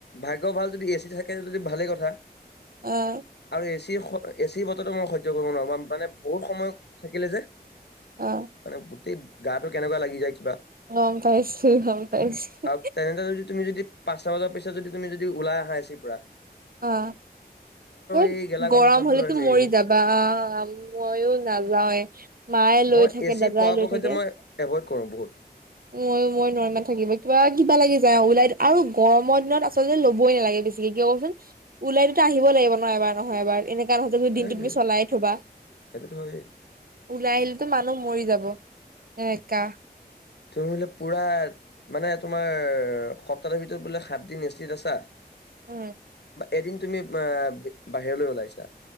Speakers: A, on the left; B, on the right.
A: ভাগ্য ভাল যদি এ চি থাকেদি যদি ভালেই কথা।
B: অ',
A: আৰু এচিৰ এচিৰ বতৰো মই সজ্য কৰিব নোৱাৰো মানে বহুত সময় থাকিলে যে।
B: অ
A: মানে গোটেই গাটো কেনেকুৱা লাগি যায়। আৰু
B: গম পাইছো গম পাইছো
A: তেনে যদি তুমি যদি পাচটা বজাৰ পিছত যদি তুমি যদি ওলাই আহা আছে পুৰা।
B: অ', এ
A: এই গেলা
B: গৰম
A: গৰমখনতো
B: হলেতো
A: নেৰিব
B: মৰি যাবা মই নাযাও। মায়ে লৈ
A: মই
B: থাকে
A: এচি
B: দাদাই
A: পৰাপক্ষত
B: লৈ থাকে।
A: যে মই এভইড কৰো বহুত
B: ময়ো মই নৰমাত থাকিব কিবা- কিবা লাগে। ওলাই আৰু গৰমৰ দিনত আচলতে ল'বই নালাগে বেছিকে কিয় কবচোন ওলাই দিউতে আহিব লাগিব ন এবাৰ নহয় এবাৰ এনেক গান
A: সেইটোৱে
B: দিনটো তুমি চলাই থবা
A: সেইটোতো হয়েই
B: ওলাই আহিলো মানুহ মৰি যাব। এ কা
A: তুমি বোলে পুৰা মানে তোমাৰ সপ্তাহটোৰ ভিতৰত বোলে সাত দিন এষ্টিত আছা।
B: উম,
A: এদিন তুমি অ বাহিৰলৈ ওলাইছা